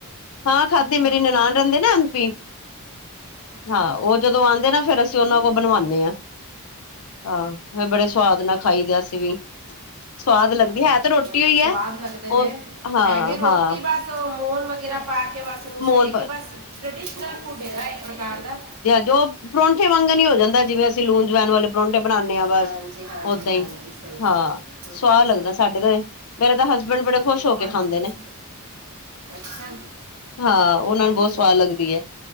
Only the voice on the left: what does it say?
ਹਾਂ ਖਾਧੇ
ਮੇਰੀ ਨਨਾਨ ਰਹਿੰਦੇ ਨਾ ਐਮ ਪੀ।
ਹਾਂ। ਉਹ ਜਦੋਂ ਆਉਂਦੇ ਨਾ ਫੇਰ ਅਸੀਂ
ਉਹਨਾਂ
ਕੋਲ ਬਣਵਾਉਂਦੇ ਹਾਂ। ਹਾਂ। ਫਿਰ ਬੜੇ ਸਵਾਦ ਨਾਲ ਖਾਈ ਦੇ ਅਸੀ ਵੀ। ਸਵਾਦ ਲੱਗਦੀ
ਹੈ ਤੇ ਰੋਟੀਓ
ਹੀ ਏ,
ਉਹ
ਹਾਂ-
ਹਾਂ।
ਮੋਨ
ਜੋ ਪਰੌਂਠੇ ਵਾਂਗ ਨੀ ਹੋ ਜਾਂਦਾ ਜਿਵੇਂ ਅਸੀਂ ਲੂਣ, ਜਵੈਣ ਵਾਲੇ ਪਰੌਂਠੇ ਬਣਾਉਦੇ ਹਾਂ ਬਸ,
ਓਦਾਂ
ਹੀ
ਹਾਂ,
ਸਵਾਦ
ਲੱਗਦਾ ਸਾਡੇ ਤੇ। ਮੇਰੇ ਤਾਂ ਹਸਬੈਂਡ ਬੜੇ ਖੁਸ਼
ਹੋ ਕੇ ਖਾਂਦੇ ਨੇ।
ਹਾਂ। ਉਹਨਾਂ ਨੂੰ ਬਹੁਤ
ਸਵਾਦ ਲੱਗਦੀ ਹੈ।